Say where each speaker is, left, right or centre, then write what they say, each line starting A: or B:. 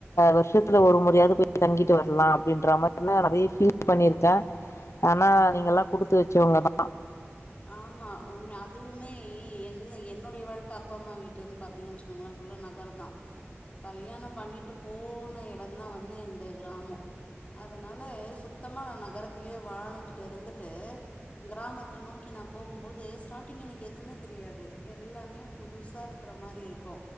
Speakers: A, on the left; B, on the left.
A: வருஷத்துல ஒரு முறாது போய் தங்கிட்டு வரலாம் அப்படின்ற மாரி ல்லாம் நிறைய பீல் பண்ணிருக்க ஆனா நீங்கலா குடுத்து வெச்சவங்க தா
B: ஆமா ஒன்னு அ அதுவுமே என் என்னுடைய வாழ்க் அப்பா அம்மா வீட்டுன்னு பாத்தீங்கன்னு சொன்னிங்கன்னா ஃபுல்லா நகரோ தா கல்யாணம் பண்ணிட்டு போன இடம் தா வந்து இந்த கிராமம் அதனால சுத்தமாக நகரத்திலயே வாழ்ந்துட்டு இருந்துட்டு கிராமத்த நேக்கி நான் போகும்போது ஸ்டார்ட்டிங் எனக்கு எதுவுமே தெரியாது எல்லாமே புதுசா இருக் பாக்குற மாரி இருக்கோ